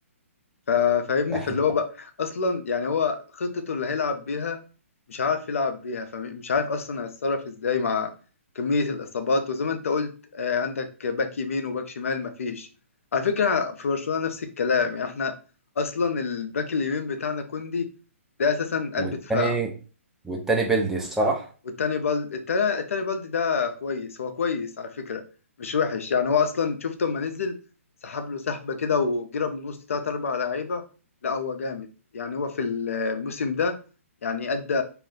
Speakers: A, on the left; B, in the centre.
A: ف- فاهمني
B: إحنا-
A: فاللي هو بقى اصلا يعني هو خطته اللي هيلعب بيها مش عارف يلعب بيها فمش عارف اصلا هيتصرف ازاي مع كمية الاصابات وزي ما انت قلت آه، عندك باك يمين وباك شمال مفيش على فكرة في برشلونة نفس الكلام يعني احنا اصلا الباك اليمين بتاعنا كوندي ده اساسا قلب
B: والتاني
A: دفاع
B: والتاني بيلدي صح؟
A: والتاني بلد التاني, التاني بلد ده كويس هو كويس على فكرة مش وحش يعني هو أصلا شفت لما نزل سحب له سحبة كده وجرب من وسط تلات أربع لعيبة لا هو جامد يعني هو في الموسم ده يعني أدى